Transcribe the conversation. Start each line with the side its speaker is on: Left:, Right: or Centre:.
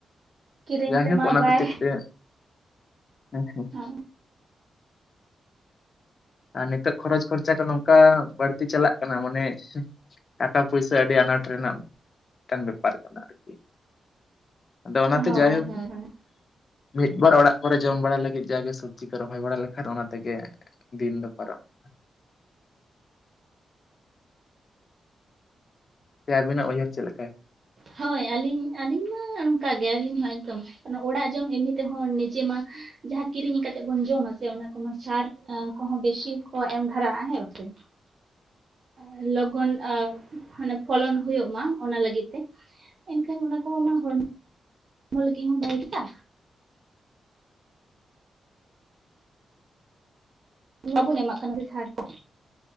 Right: ᱠᱤᱨᱤᱧ
Left: ᱡᱟᱭᱦᱳᱠ
Right: ᱛᱮᱢᱟ
Left: ᱚᱱᱟ
Right: ᱵᱟᱭ
Left: ᱠᱷᱟᱹᱛᱤᱨ ᱛᱮ ᱦᱮᱸ ᱥᱮ᱾
Right: ᱦᱳᱭ᱾
Left: ᱟᱨ ᱱᱤᱛᱚᱜ ᱠᱷᱚᱨᱚᱪ ᱠᱷᱚᱨᱪᱟ ᱠᱚ ᱱᱚᱝᱠᱟ ᱵᱟᱲᱛᱤ ᱪᱟᱞᱟᱜ ᱠᱟᱱᱟ ᱢᱟᱱᱮ ᱴᱟᱠᱟ ᱯᱚᱭ ᱟᱰᱤ ᱟᱱᱟᱴ ᱨᱮᱱᱟᱜ <inaudible> ᱴᱮᱝ ᱵᱮᱯᱟᱨ ᱠᱟᱱᱟ ᱟᱨᱠᱤ᱾ ᱟᱫᱚ ᱚᱱᱟᱛᱮ
Right: ᱦᱳᱭ
Left: ᱡᱟᱭᱦᱳᱠ
Right: ᱦᱳᱭ ᱦᱳᱭ᱾
Left: ᱢᱤᱫ ᱵᱟᱨ ᱚᱲᱟᱜ ᱠᱚᱨᱮ ᱡᱚᱢ ᱵᱟᱲᱟ ᱞᱟᱹᱜᱤᱫ ᱡᱟ ᱜᱮ ᱥᱩᱠ᱾ ᱪᱤᱠᱟᱹ ᱨᱚᱦᱚᱭ ᱵᱟᱲᱟ ᱞᱮᱠᱷᱟᱱ ᱚᱱᱟ ᱛᱮᱜᱮ ᱫᱤᱱ ᱫᱚ ᱯᱟᱨᱚᱢᱚᱜ ᱥᱮ ᱟᱵᱤᱱᱟᱜ ᱩᱭᱦᱟᱹᱨ ᱪᱮᱜ ᱞᱮᱠᱟᱭ᱾
Right: ᱦᱳᱭ ᱟᱞᱤᱧ ᱟᱞᱤᱧ ᱢᱟ ᱱᱚᱝᱠᱟ ᱜᱮ ᱟᱞᱤᱧ ᱦᱚᱸ ᱮᱠᱫᱚᱢ᱾ ᱚᱲᱟᱜ ᱡᱚᱢ ᱮᱢᱱᱤ ᱛᱮᱦᱚᱸ ᱱᱤᱡᱮ ᱢᱟ ᱡᱟᱦᱟᱸ ᱠᱤᱨᱤᱧ ᱠᱟᱛᱮᱜ ᱵᱚᱱ ᱡᱚᱢ ᱟ ᱥᱮ ᱚᱱᱟ ᱠᱚᱢᱟ ᱥᱟᱨ ᱠᱚᱦᱚᱸ ᱵᱮᱥᱤ ᱠᱚ ᱮᱢ ᱫᱷᱟᱨᱟᱜᱼᱟ ᱦᱮᱸ ᱵᱟᱥᱮ
Left: ᱦᱮᱸ
Right: ᱟᱸ ᱞᱚᱜᱚᱱ ᱟᱸ ᱢᱟᱱᱮ ᱯᱷᱚᱞᱚᱱ ᱦᱩᱭᱩᱜ ᱢᱟ ᱚᱱᱟ ᱞᱟᱹᱜᱤᱫ ᱛᱮ ᱮᱱᱠᱷᱟᱱ ᱚᱱᱟ ᱠᱚ ᱢᱟ ᱦᱚᱲᱢᱚ ᱦᱚᱲᱢᱚ ᱞᱟᱜᱤᱫ ᱦᱚᱸ ᱵᱟᱭᱠᱟ ᱴᱷᱤᱠ-ᱟ ᱵᱟᱵᱚᱱ ᱮᱢᱟᱜ ᱠᱟᱱᱟ ᱥᱟᱨ ᱠᱚ